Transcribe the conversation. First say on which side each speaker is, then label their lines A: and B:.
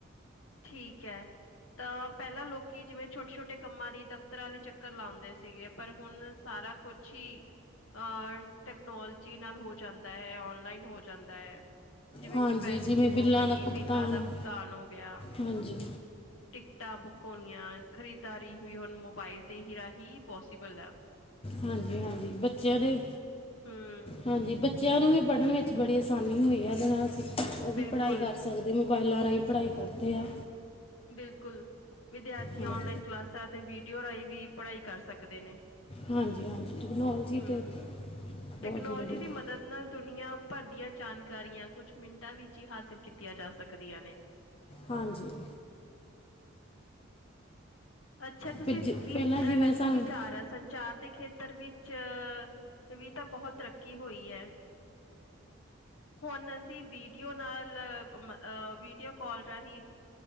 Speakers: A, on the left; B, on the left.
A: ਠੀਕ ਹੈ। ਤਾਂ ਪਹਿਲਾਂ ਲੋਕੀ ਜਿਵੇਂ ਛੋਟੇ-ਛੋਟੇ ਕੰਮਾਂ ਲਈ ਦਫ਼ਤਰਾਂ ਦੇ ਚੱਕਰ ਲਾਦੇ ਸੀਗੇ ਪਰ ਹੁਣ ਸਾਰਾ ਕੁਛ ਹੀ ਅ ਤਕਨੋਲਜੀ ਨਾਲ ਹੋ ਜਾਂਦਾ ਹੈ, ਓਨਲਾਈਨ ਹੋ ਜਾਂਦਾ ਹੈ। ਜਿਵੇਂ
B: ਹਾਂਜੀ
A: ਕਿ ਬੈਂਕਿੰਗ
B: ਜਿਵੇਂ ਬਿੱਲਾਂ
A: ਹੋ ਗਈ,
B: ਦਾ ਭੁਗਤਾਨ
A: ਬਿੱਲਾਂ ਦਾ ਭੁਗਤਾਨ ਹੋ ਗਿਆ।
B: ਹਾਂਜੀ
A: ਟਿਕਟਾਂ ਬੁੱਕ ਹੋਣੀਆ, ਖਰੀਦਦਾਰੀ ਹੋਈ ਹੁਣ ਮੋਬਾਇਲ ਤੇ ਹੀ ਰਾਹੀਂ ਪੋਸੀਬਲ ਹੈ।
B: ਹਾਂਜੀ ਹਾਂਜੀ ਬੱਚਿਆਂ ਦੇ
A: ਹਮ
B: ਹਾਂਜੀ ਬੱਚਿਆਂ ਨੂੰ ਵੀ ਪੜ੍ਹਨ ਵਿੱਚ ਬੜੀ ਆਸਾਨੀ ਹੋਈ ਹੈ ਉਹਦੇ ਨਾਲ ਸਿੱਖ ਉਹ ਵੀ
A: ਬਿਲਕੁਲ
B: ਪੜ੍ਹਾਈ ਕਰ ਸਕਦੇ ਅਤੇ ਮੋਬਾਈਲਾਂ ਰਾਹੀਂ ਪੜ੍ਹਾਈ ਕਰਦੇ ਆ
A: ਬਿਲਕੁਲ ਵਿਦਿਆਰਥੀ
B: ਹਾਂਜੀ
A: ਔਨਲਾਈਨ ਕਲਾਸਾਂ ਅਤੇ ਵੀਡੀਓ ਰਾਹੀਂ ਵੀ ਪੜ੍ਹਾਈ ਕਰ ਸਕਦੇ ਨੇ
B: ਹਾਂਜੀ ਹਾਂਜੀ ਟੈਕਨੋਲਜੀ
A: ਹਮ
B: ਤਾਂ
A: ਟੈਕਨੋਲੋਜੀ
B: ਬਹੁਤ ਜ਼ਰੂਰੀ
A: ਦੀ
B: ਹੈ।
A: ਮਦਦ ਨਾਲ ਦੁਨੀਆਂ ਭਰ ਦੀਆਂ ਜਾਣਕਾਰੀਆਂ ਕੁਛ ਮਿੰਟਾਂ ਵਿੱਚ ਹੀ ਹਾਸਿਲ ਕੀਤੀਆਂ ਜਾ ਸਕਦੀਆਂ ਨੇ
B: ਹਾਂਜੀ
A: ਅੱਛਾ ਤੁਸੀਂ
B: ਫਿਰ ਜ-
A: ਕੀ
B: ਪਹਿਲਾਂ
A: ਤੁਹਾਡਾ
B: ਜਿਵੇਂ
A: ਕੀ
B: ਸਾਨੂੰ
A: ਵਿਚਾਰ ਆ ਸੰਚਾਰ ਦੇ ਖੇਤਰ ਪਤਰ ਵਿੱਚ ਵੀ ਤਾਂ ਬਹੁਤ ਤਰੱਕੀ ਹੋਈ ਹੈ ਹੁਣ ਅਸੀਂ ਵੀਡੀਓ ਨਾਲ ਵੀਡੀਓ ਕਾਲ ਰਾਹੀਂ